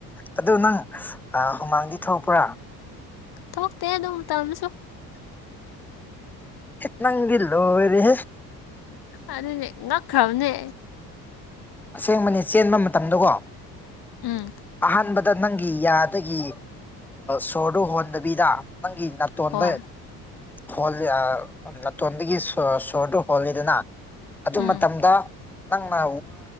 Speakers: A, in the centre; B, on the left.
A: ꯑꯗꯨꯗ ꯅꯪ ꯑ ꯍꯨꯃꯥꯡꯒꯤ ꯊꯣꯛꯣꯡꯄ꯭ꯔꯥ
B: ꯊ ꯇꯗꯣ ꯇꯃꯦꯁꯨ
A: ꯅꯪꯂꯣ ꯑꯣꯏꯔ
B: ꯑꯅꯦ ꯉꯈꯧꯅꯦ
A: ꯑꯁꯦꯡꯕꯅꯦ ꯆꯦꯟꯕ ꯃꯇꯝꯗꯀꯣ
B: ꯎꯝ
A: ꯑꯍꯥꯟꯕꯗ ꯗ ꯅꯪꯒꯤ ꯌꯥꯗꯒꯤ ꯁꯣꯔꯗꯨ ꯍꯣꯟꯗꯕꯤꯗ ꯅꯪꯤ ꯉꯠꯇꯣꯗꯦ
B: ꯍꯣꯏ
A: ꯍꯣꯜꯂꯤ ꯅꯥꯇꯣꯟꯗꯒꯤ ꯁꯣꯔꯗꯨ ꯍꯣꯜꯂꯤꯗꯅ ꯑꯗꯨ
B: ꯎꯝ
A: ꯃꯇꯝꯗ ꯅꯪꯅ